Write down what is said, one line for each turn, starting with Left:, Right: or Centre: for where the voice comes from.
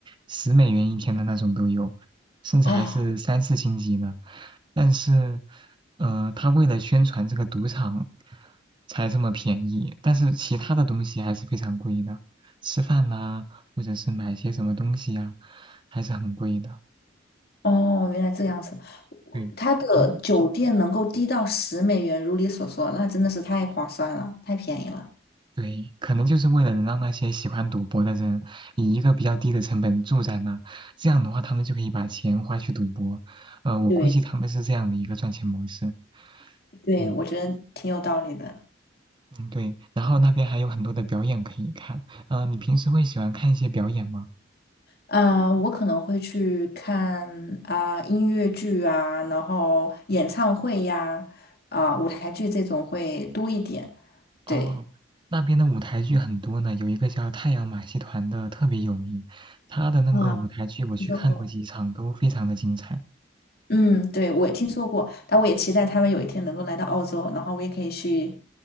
Right: 十美元一天的那种都有，甚至还是三四星级的。
Left: 哦，
Right: 但是，呃，他为了宣传这个赌场才这么便宜，但是其他的东西还是非常贵的，吃饭呐、或者是买一些什么东西呀，还是很贵的。
Left: 哦，原来这样子，我它的酒店能够低到十美元，
Right: 对，然后
Left: 如你所说，那真的是太划算了，太便宜了。
Right: 对，可能就是为了能让那些喜欢赌博的人以一个比较低的成本住在那，这样的话他们就可以把钱花去赌博。呃，我估计他们是这样的一个赚钱模式。
Left: 对对，
Right: 嗯
Left: 我觉得挺有道理的。
Right: 嗯，对。然后那边还有很多的表演可以看。呃，你平时会喜欢看一些表演吗？
Left: 啊、我可能会去看啊、音乐剧啊，然后演唱会呀、啊、舞台剧这种会多一点。
Right: 哦，
Left: 对，
Right: 那边的舞台剧很多呢，有一个叫太阳马戏团的特别有名，他的那个舞台剧我去看过几场，
Left: 啊，听说过。
Right: 都非常的精彩。
Left: 嗯，对，我也听说过，但我也期待他们有一天能够来到澳洲，然后我也可以去